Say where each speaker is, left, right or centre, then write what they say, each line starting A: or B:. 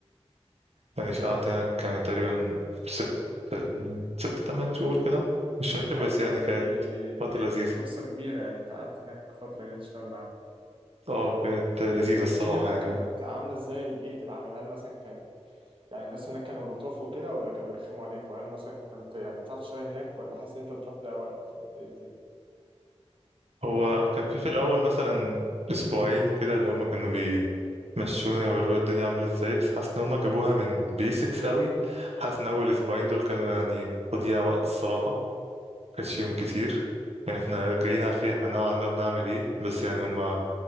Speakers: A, on the right; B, on the right.
A: يعني شقعت هناك يعني تقريبا ست ست تمن شهور كده مش فاكر
B: يعني
A: بس يعني
B: طب
A: كانت
B: دي دي
A: فترة
B: كانت
A: لذيذة
B: فرصة كبيرة يعني انت قعدت هناك فترة كده تشتغل معاهم
A: اه كانت لذيذة
B: طب
A: الصراحة
B: احكي لي بقى
A: يعني
B: كانت عاملة ازاي بيئة العمل هل مثلا كانت يعني الناس هناك كانوا لطاف وكده ولا كانوا بيرخموا عليك وهل مثلا كنت يعني بتعرف تشتغل هناك ولا حاسس ان انت بتروح تضيع وقت ولا ايه الدنيا
A: هو كان في في الأول مثلا أسبوعين كده اللي هما كانوا بيمشونا ويوروا الدنيا عاملة ازاي بس حاسس إن هما جابوها من بيسكس قوي حاسس إن أول أسبوعين دول كانوا يعني تضييع وقت الصراحة مكانش يوم كتير يعني احنا جايين عارفين احنا نوعا ما بنعمل ايه بس يعني هما